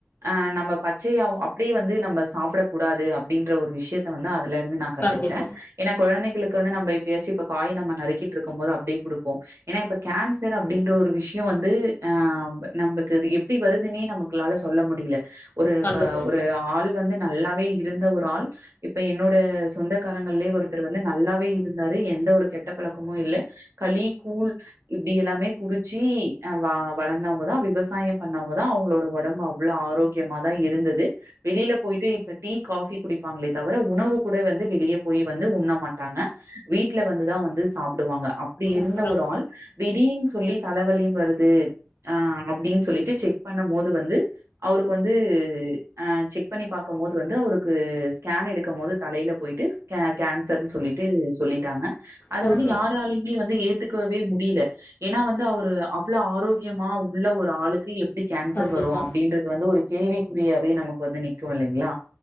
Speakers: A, on the right; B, on the left.
A: ஆ நம்ம பச்சையாவு அப்படியே வந்து நம்ம சாப்பிடக் கூடாது அப்படின்ற ஒரு விஷயத்த வந்து அதுல நா கத்துக்கிட்டே
B: கண்டிப்பா.
A: ஏனா கொழந்தைகளுக் கு வந்து நம்ம எப்பயாச்சு இப்ப காய் நம்ம நருக்கிட்ருக்கு போது அப்டியே குடுப்போ ஏனா இப்ப கேன்ஸர் அப்டின்ற ஒரு விஷ்யோ வந்து அ நம்ளுக் அது எப்டி வருதுன்னே நமக்குளால சொல்ல முடில ஒரு இப்ப
B: கண்டுபிடிக்கல.
A: ஒரு ஆள் வந்து நல்லாவே இருந்த ஒரு ஆள் இப்ப என்னோட சொந்தக்காரங்கள்லே ஒருத்தர் வந்து நல்லாவே இருந்தாரு எந்த ஒரு கெட்ட பழக்கமு இல்ல களி கூழ் இப்டி எல்லாமே குடிச்சு அ வ வளந்தவங்கதா விவசாயோ பண்ணவங்கதா அவங்களோட ஒடம்பு அவ்வளவு ஆரோக்கியமாதா இருந்தது வெளியில போயிட்டு இப்ப டீ காபி குடிப்பாங்களே தவிர உணவு கூட வந்து வெளியே போய் வந்து உண்ண மாட்டாங்க வீட்டுல வந்துதா வந்து சாப்பிடுவாங்க. அப்படி இருந்த
B: அப்புறம்
A: ஒரு ஆள் திடீன்னு சொல்லி தலவலியும் வருது ஆ அப்படின்னு சொல்லிட்டு செக் பண்ணம் போது வந்து அவருக்கு வந்து அ செக் பண்ணி பாக்கம் போது வந்து அவருக்கு ஸ்கேன் எடுக்கும் போது தலையில போயிட்டு கே -கேன்சர்ன்னு சொல்லிட்டு சொல்லிட்டாங்க. அத
B: சொல்றோம்.
A: வந்து யாராலயுமே வந்து ஏத்துக்கவே முடியல ஏன்னா வந்து அவரு அவ்வள ஆரோக்கியமா உள்ள ஒரு ஆளுக்கு எப்படி கேன்சர்
B: கண்டிப்பா.
A: வரு அப்படின்ற ஒரு கேள்விக்குறியாவே நமக்கு வந்து நிக்கு இல்லைங்களா